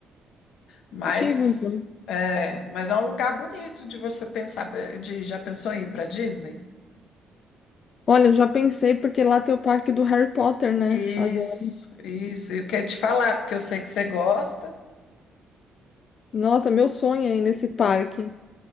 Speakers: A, on the left (about 80°); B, on the left (about 55°).
A: Mas
B: antigo então.
A: é, mas é um lugar bonito de você pensar, de já pensou em ir para Disney?
B: Olha, eu já pensei porque lá tem o parque do Harry Potter, né?
A: Isso,
B: Agora.
A: isso. E eu queria te falar, porque eu sei que você gosta.
B: Nossa, meu sonho é ir nesse parque.